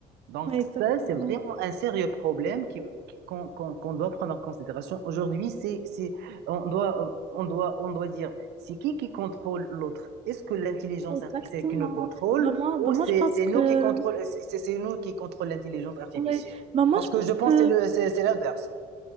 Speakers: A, on the right (about 80°); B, on the right (about 35°).
A: Donc
B: Ouais, exactement.
A: ça, c'est vraiment un sérieux problème qui- qui- qu'on qu'on- qu'on doit prendre en considération. Aujourd'hui, c'est, c'est, on doit, euh, on doit, on doit dire, c'est qui qui contrôle l'autre? Est-ce que l'intelligence
B: Exactement.
A: artificielle qui nous contrôle
B: Bah, moi,
A: ou
B: bah, moi,
A: c'est,
B: je pense
A: c'est
B: que...
A: nous qui contrôle, c'est c'est- c'est nous qui contrôle l'intelligence artificielle?
B: Ouais. Bah, moi,
A: Parce
B: je
A: que
B: pense
A: je
B: que...
A: pense que c'est le- c'est c'est l'inverse.